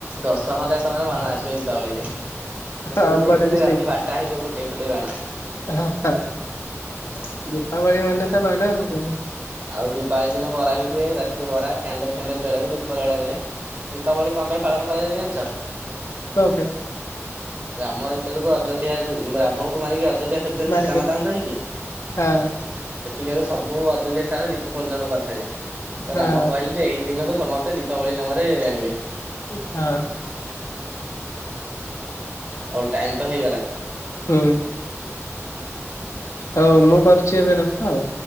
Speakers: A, on the right; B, on the left.
A: ଦଶ ହଜାର ଟଙ୍କାର ବାଣ ଆସିବ ଦୀପାବଳିରେ।
B: ଆମର
A: ଫୁଟେଇ ଫୁଟେଇ
B: ବି ସେଇଆ।
A: ରାତି ବାରଟା ହେଇଯିବ ଫୁଟେଇ ଫୁଟେଇ ବାଣ।
B: ହଁ
A: <unintelligible>
B: ଦୀପାବଳି ମାନେ ତ ମାଡ଼ ଆଉ କଣ
A: ଆଉ ଦୀପାବଳି ଦିନ ବରା ବି ହୁଏ। ରାତିରେ ବରା କ୍ୟାଣ୍ଡେଲ୍ ଫ୍ୟାଣ୍ଡେଲ୍ ଜଳା ହୁଏ। ଦୀପ ଜଳାଯାଏ। ଦୀପାବଳି କଣ ପାଇଁ ପାଳନ କରାଯାଏ ଜାଣିଛ?
B: ସକେ
A: ରାମ ଏତେବେଳକୁ ଅଯୋଧ୍ୟା ଯୋଉ ରାବଣ କୁ ମାରିକି ଅଯୋଧ୍ୟା
B: ମାରିଦେ
A: <unintelligible>
B: ହଁ
A: ସେତିକି ବେଳୁ ସବୁ ଅଯୋଧ୍ୟା ସାରା ଦୀପ ପର୍ଜନ କରିଥିଲେ।
B: ହଁ
A: ରାମ କହିଲେ ଜେ ଏଇ ଦିନକୁ ସମସ୍ତେ ଦୀପାବଳି ନାମରେ ଆଣିବେ।
B: ହଁ
A: ଆଉ ଟାଇମ୍ ତ ହେଇଗଲା।
B: ହୁଁ ହଉ ମୁଁ କରିଛି ଏବେ ରଖ ଆଉ